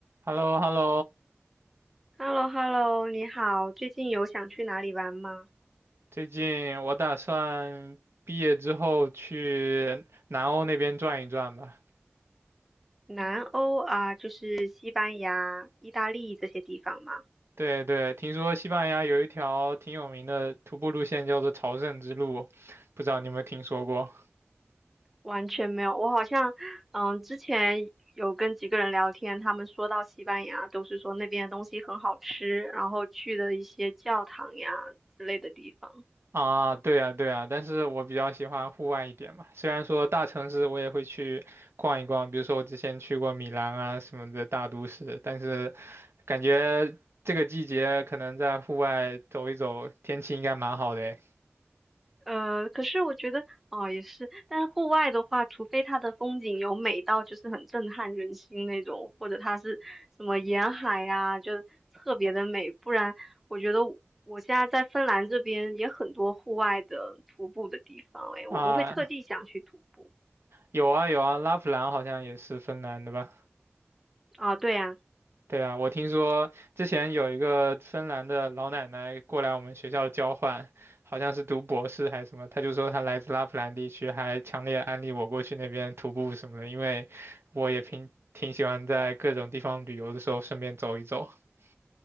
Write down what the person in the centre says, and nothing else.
h e l l o h e l l o 你好，最近有想去哪里玩吗？
南欧啊，就是西班牙、意大利这些地方吗？
完全没有，我好像，嗯，之前有跟几个人聊天，他们说到西班牙，都是说那边的东西很好吃，然后去的一些教堂呀之类的地方。
呃，可是我觉得哦，也是，但是户外的话，除非它的风景有美到就是很震撼人心那种，或者它是什么沿海呀、就特别的美，不然我觉得我现在在芬兰这边也很多户外的徒步的地方，诶，我不会特地想去徒步
啊，对呀。